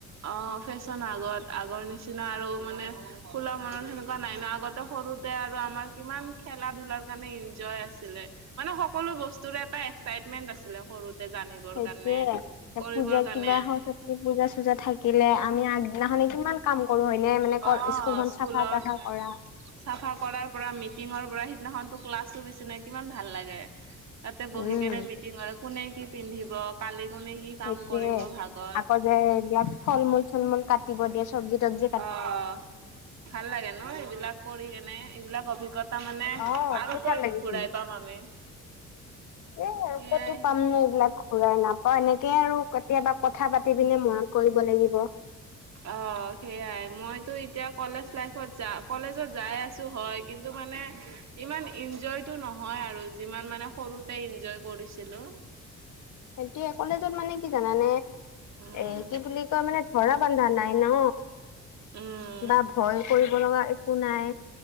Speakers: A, on the right; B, on the left.
A: অ' ফেশ্বন আগত আগৰ নিচিনা আৰু মানে খোলা মনত সেনেকুৱা নাই ন আগত সৰুতে আৰু আমাৰ কিমান খেলা ধুলাৰ কাৰণে ইনজয় আছিলে। মানে সকলো বস্তুৰে এটা এক্সাইটমেন্ট আছিলে সৰুতে জানিবৰ
B: সেইটোয়ে।
A: কাৰণে কৰিবৰ
B: পূজা
A: কাৰণে
B: কিবা সৰস্বতী পূজা চূজা থাকিলে আমি আগদিনাখনে কিমান কম কৰো হয়নে মানে
A: অ',
B: ক, স্কু স্কুলখন
A: স্কুলত
B: চাফা তাফা কৰা।
A: চাফা কৰাৰ পৰা মিটিঙৰ পৰা সিদিনাখন তো ক্লাছটো বেছি নাই কিমান ভাল লাগে। তাতে বহি
B: উম
A: কেনে মিটিং হয় কোনে কি পিন্ধিব কালি কোনে কি কাম
B: সেইটোয়ে
A: কৰিব ভাগত
B: আকৌ যে এইয়াত ফল মূল চল মূল কাটিব দিয়ে চবজি তাবজি।
A: অ' ভাল লাগে ন এইবিলাক কৰি কেনে এইবিলাক অভিজ্ঞ জ্ঞাতা মানে
B: অ
A: আৰু
B: বহুত
A: ক'ত
B: ভাল লাগিছিল
A: ঘূৰাই পাম আমি।
B: এই
A: সেইয়াই
B: কতো পাম ন এইবিলাক। ঘুৰাই নাপাওঁ এনেকে আৰু কেতিয়াবা কথা পাতি পিনে মনত কৰিব লাগিব।
A: অ' সেইয়াই মইতো এতিয়া কলেজ লাইফত য কলেজত যাই আছো হয় কিন্তু মানে ইমান ইনজয়টো নহয় আৰু যিমান মানে সৰুতে ইনজয় কৰিছিলো।
B: এতিয়া কলেজত মানে কি জানানে
A: উম।
B: এ কি বুলি কয় মানে ধৰা বান্ধা নাই ন,
A: উম
B: বা ভয় কৰিব লগা একো নাই।